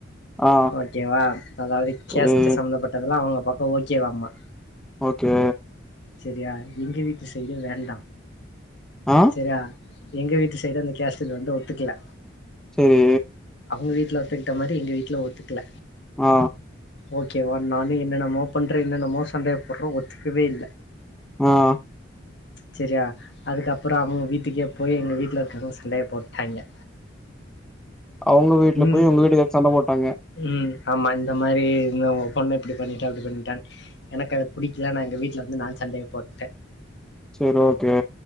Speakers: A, in the centre; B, on the left.
A: ஆ
B: ஓகேவா அதாவது கேஸ்ட்
A: செரி
B: சம்பந்தப்பட்ட ட்டதெல்லா அவுங்க பக்கோ ஓகேவாம்மா
A: ஓகே
B: செரியா எங்க வீட்டு சைடு வேண்டா
A: ஆ
B: செரியா எங்க வீட்டு சைடு அந்த கேஸ்ட் இது வந்து ஒத்துக்கல
A: செரி
B: அவுங்க வீட்டுல ஒத்துக்குட்ட மாரி எங்க வீட்ல ஒத்துக்ல
A: ஆ
B: ஓகேவா நா வந்து என்னென்னமோ பண்றே என்னென்னமோ சண்டைய போட்றே ஒத்துக்கவே இல்ல
A: ஆ ஆ
B: செரியா அதுக்கப்பறோ அவுங்க வீட்டுக்கே போயி எங்கள வீட்ல இருக்குறவங்க சண்டைய போட்டாங்கே
A: அவுங்க வீட்டுல
B: ம்
A: போய் உங்க வீட்டுக்காரு சண்ட போட்டாங்க
B: ம் ஆமா இந்த மாரி இந்த உங்க பொண்ணு இப்டி பண்ணிட்டா அப்டி பண்ணிட்டானு எனக்கு அது புடிக்கல நா எங்க வீட்டுல வந்து நா சண்டேய போட்டே
A: செரி ஓகே